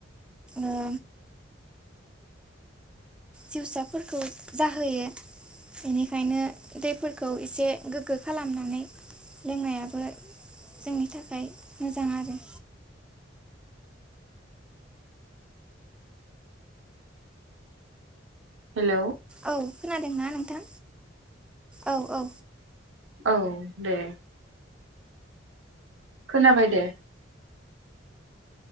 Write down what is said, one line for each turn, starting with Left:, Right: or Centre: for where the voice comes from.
Centre: ओ जिउसाफोरखौ जाहोयो बेनिखायनो दैफोरखौ एसे गोग्गो खालामनानै लोंनायाबो जोंनि थाखाय मोजां आरो।
Right: हेलौ।
Centre: औ खोनादोंना नोंथां? औ औ।
Right: औ दे। खोनाबाय दे।